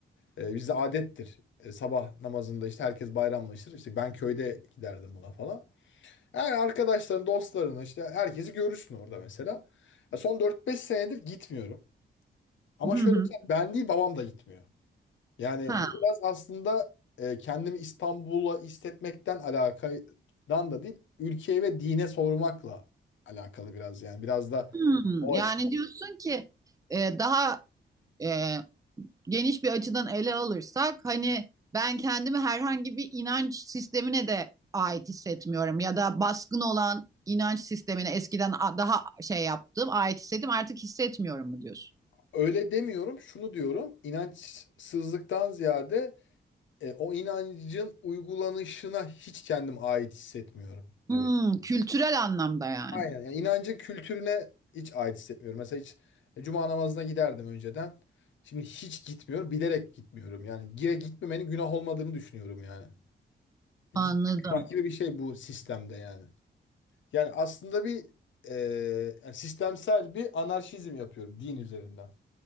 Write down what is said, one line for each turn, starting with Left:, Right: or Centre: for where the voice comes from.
Left: e, bizde adettir. E, sabah namazında işte herkes bayramlaşır. İşte ben köyde giderdim buna falan. Yani arkadaşların, dostlarını işte herkesi görürsün orada mesela. Ya son dört beş senedir gitmiyorum. Ama
Right: Hı
Left: şöyle
Right: hı.
Left: bir şey, ben değil babam da gitmiyor. Yani
Right: Ha.
Left: bu biraz aslında e, kendimi İstanbul'a hissetmekten alakadan da değil, ülkeye ve dine sormakla alakalı biraz yani. Biraz da
Right: Hmm,
Left: o
Right: Yani
Left: açıdan.
Right: diyorsun ki e, daha e, geniş bir açıdan ele alırsak hani ben kendimi herhangi bir inanç sistemine de ait hissetmiyorum ya da baskın olan inanç sistemine eskiden daha şey yaptım ait hissettim artık hissetmiyorum mu diyorsun?
Left: Öyle demiyorum, şunu diyorum. İnançsızlıktan ziyade e, o inancın uygulanışına hiç kendim ait hissetmiyorum
Right: Hmm,
Left: diyorum.
Right: kültürel anlamda yani.
Left: Aynen. Yani inancın kültürüne hiç ait hissetmiyorum. Mesela hiç e, cuma namazına giderdim önceden. Şimdi hiç gitmiyorum. Bilerek gitmiyorum. Yani gire gitmemenin günah olmadığını düşünüyorum yani. Gitmek
Right: Anladım.
Left: günah gibi bir şey bu sistemde yani. Yani aslında bir e, yani sistemsel bir anarşizm yapıyorum din üzerinden.